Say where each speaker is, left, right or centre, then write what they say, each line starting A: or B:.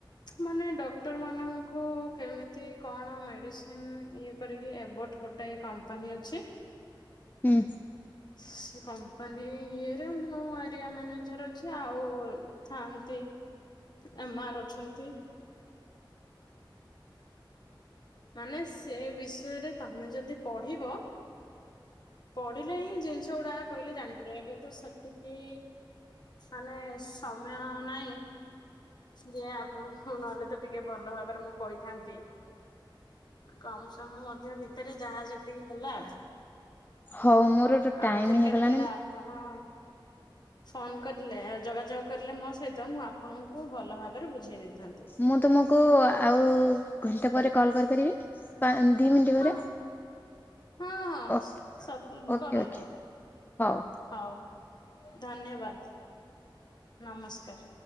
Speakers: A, on the left; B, on the left.
A: ମାନେ ଡକ୍ଟର ମାନଙ୍କୁ କେମିତି କଣ ମେଡିସିନ ଇଏ କରିକି ଏବୋଟ ଗୋଟେ କମ୍ପାନୀ ଅଛି।
B: ହୁଁ।
A: ସେ କମ୍ପାନୀରେ ମୁଁ ଏରିଆ ମ୍ୟାନେଜର ଅଛି ଆଉ। ଥାଆନ୍ତି ଏମ ଆର ଅଛନ୍ତି। ମାନେ ସେ ବିଷୟରେ ତମେ ଯଦି ପଢିବ। ପଢିଲେ ହିଁ ଜିନିଷ ଗୁଡା କହିଲେ ଜାଣିପାରିବ ଏବେ ତ ସେତିକି। ମାନେ ସମୟ ନାହିଁ। ଯେ ଆପଣ ନହେଲେ ତ ଟିକେ ଭଲ ଭାବରେ ମୁଁ କହିଥାନ୍ତି। କମ ସମୟ ମଧ୍ୟ ଭିତରେ ଯାହା ଯେତିକି ହେଲା।
B: ହଉ ମୋର ତ ଟାଇମ
A: ଆଉଥରେ
B: ହେଇଗଲାଣି
A: କେତେବେଳେ ଆ ପଣ ଫୋନ କରିଲେ ଯୋଗାଯୋଗ କରିଲେ ମୋ ସହିତ ମୁଁ ଆପଣଙ୍କୁ ଭଲ ଭାବରେ ବୁଝେଇ ଦେଇଥାନ୍ତି।
B: ମୁଁ ତୁମକୁ ଆଉ ଘଣ୍ଟେ ପରେ କଲ୍ କରିପାରିବି ପା ଦି ମିଣ୍ଟି
A: ହଁ
B: ପରେ।
A: ହଁ ହଁ
B: ଓକେ
A: ସ
B: ଓକେ
A: କରନ୍ତୁ।
B: ଓକେ ହଉ
A: ହଉ ଧନ୍ୟବାଦ ନମସ୍କାର।